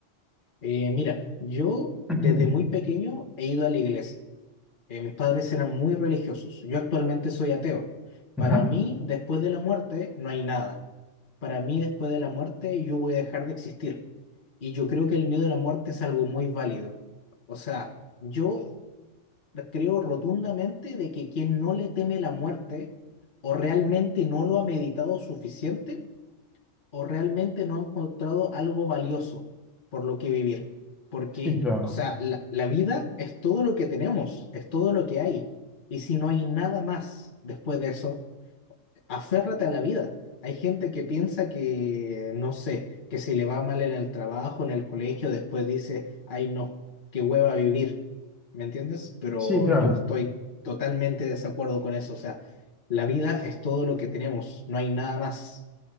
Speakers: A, on the left; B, in the centre.
A: Eh, mira, yo
B: <clears throat>
A: desde muy pequeño he ido a la iglesia. Eh, mis padres eran muy religiosos. Yo actualmente soy ateo. Para
B: Ajá.
A: mí, después de la muerte, no hay nada. Para mí, después de la muerte, yo voy a dejar de existir. Y yo creo que el miedo a la muerte es algo muy válido. O sea, yo creo rotundamente de que quien no le teme la muerte o realmente no lo ha meditado suficiente, o realmente no han encontrado algo valioso por lo que vivir. Porque,
B: Sí, claro.
A: o sea, la, la vida es todo lo que tenemos, es todo lo que hay. Y si no hay nada más después de eso, aférrate a la vida. Hay gente que piensa que, no sé, que si le va mal en el trabajo, en el colegio, después dice, ay no, qué hueva vivir. ¿Me entiendes? Pero
B: Sí, claro.
A: yo estoy totalmente de desacuerdo con eso. O sea, la vida es todo lo que tenemos, no hay nada más.